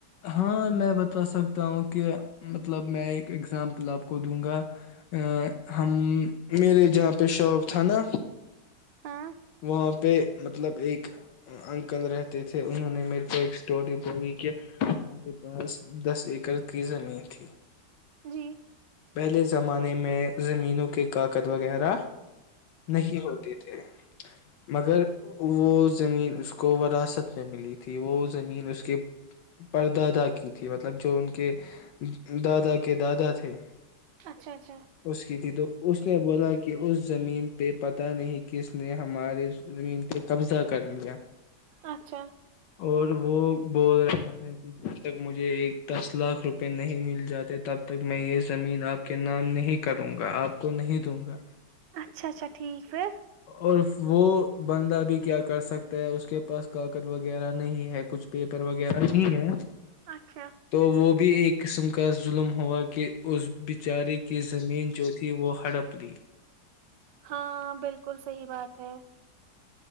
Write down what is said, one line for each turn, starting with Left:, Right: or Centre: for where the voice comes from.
Left: ہاں میں بتا سکتا ہوں کہ مطلب میں ایک ایگزامپل آپ کو دوں گا اں ہم میرے جات پیشاب تھانا
Right: ہاں
Left: وہاں پہ مطلب ایک انکل رہتے تھے انہوں نے میرے کو ایک ٹی پوری کے ہمارے پاس دس ایکڑ کی زمین تھی
Right: جی
Left: پہلے زمانے میں میں زمینوں کے کاف کد وغیرہ نہیں ہوتے تھے مگر وہ زمین اس کو وراثت میں ملی تھی وہ اس زمین اس کے پردادا کی تھی مطلب جو ان کے دادا کے دادا تھے
Right: اچھا اچھا
Left: اس کی تھی تو اس نے بولا کہ اس زمین پہ پتہ نہیں کس نے ہمارے زمین پہ قبضہ کر لیا
Right: اچھا
Left: اور وہ بول رہا ہے کہ جب تک مجھے ایک دس لاکھ روپے نہیں مل جاتے تب تک میں یہ زمین آپ کے نام نہیں کروں گا آپ کو نہیں دوں گا
Right: اچھا اچھا ٹھیک پھر
Left: اور وہ بندہ بھی کیا کر سکتا ہے اس کے پاس کاگت وغیرہ نہیں ہے کچھ پیپر وغیرہ نہیں ہے
Right: اچھا
Left: تو وہ بھی ایک قسم کا ظلم ہوا کہ اس بچارے کی زمین جو تھی وہ ہڑپ لی
Right: ہاں بالکل صحی بات ہے